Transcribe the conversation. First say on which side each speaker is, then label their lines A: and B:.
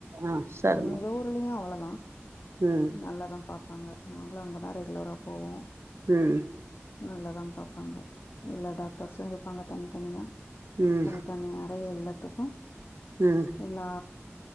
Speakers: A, on the right (about 65°); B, on the left (about 55°).
A: ஆ சரிம்மா
B: எங்க ஊர்லியு அவ்ளோதா
A: ம்
B: நல்லாதா பாப்பாங்க நாங்களு அங்கதா ரெகுலரா போவோ
A: ம்
B: நல்லா தா பாப்பாங்க எல்லா டாக்டர்ஸ்சு இருப்பாங்க தனித்தனியா
A: ம்
B: தனித் தன் நெறைய இல்லத்துக்கு
A: ம்
B: எல்லா